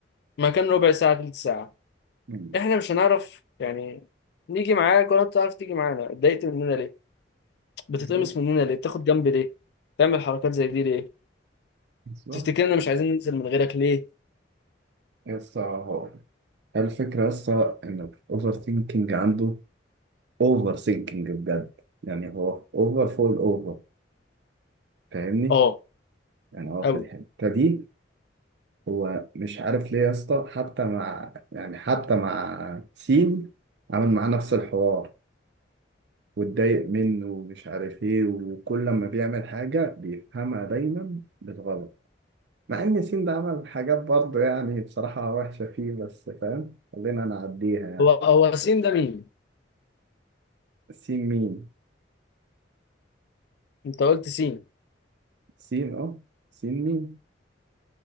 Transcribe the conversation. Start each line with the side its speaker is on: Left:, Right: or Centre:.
Left: مكان ربع ساعه تلت ساعه
Right: أمم،
Left: احنا مش هنعرف يعني نيجي معاك ولا بتعرف تيجي معانا اتضايقت مننا ليه بتتقمص
Right: بالظبط
Left: مننا ليه بتاخد جنب ليه بتعمل حركات زي دي ليه
Right: بالظبط
Left: تفتكرنا مش عايزين ننزل من غيرك ليه
Right: يسطا هو الفكرة يسطا إن الأوفر ثينكينج عنده أوفر ثينكينج بجد يعني هو أوفر فوق الأوفر فاهمني؟
Left: اه
Right: يعني هو
Left: قوي
Right: في الحتة دي هو مش عارف ليه يا اسطى حتى مع يعني حتى مع سين عامل معاه نفس الحوار واتضايق منه ومش عارف ايه وكل لما بيعمل حاجة بيفهمها دايما بالغلط مع ان سين ده عمل حاجات برضه يعني بصراحة وحشة فيه بس فاهم خلينا نعديها يعني
Left: هو هو سين ده مين
Right: سين مين
Left: انت قلت سين
Right: سين اه سين مين